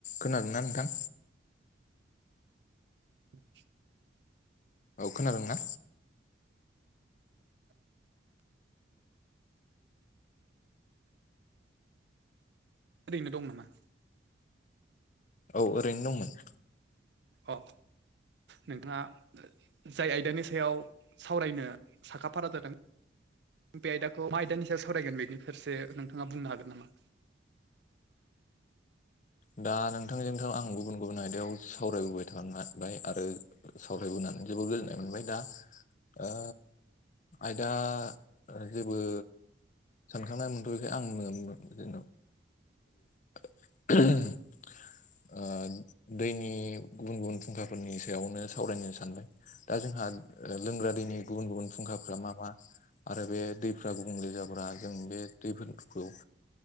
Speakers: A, on the left; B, on the right.
A: खोनादोंना नोंथां
B: <unintelligible>
A: औ खोनादोंना
B: ओरैनो दं नामा
A: औ ओरैनो दंमोन
B: अ नोंथाङा जाय आयदानि सायाव सावरायनो साखाफारा जादों बे आयदाखौ मा आयदानि सायाव सावरायगोन बेनिफोरसो नोंथाङा बुंनो हागोन नामा
A: दा नोंथांजोंथ' आं गुबुन गुबुन आयदायाव सावरायबोबाय थाबाय आरो सावरायबोनानै जोबोर गोजोननाय मोनबाय दा ओ आयदा जेबो सानखांनाय मोनथ'यैखाय आं <unintelligible> उ ओ दैनि गुबुन गुबुन फुंखाफोरनि सायावनो सावरायनो सानबाय दा जोंहा लोंग्रा दैनि गुबुन गुबुन फुंखाफोरा मा मा आरो बे दैफ्रा गुबुंले जाब्रा जों बे दैफोरखौ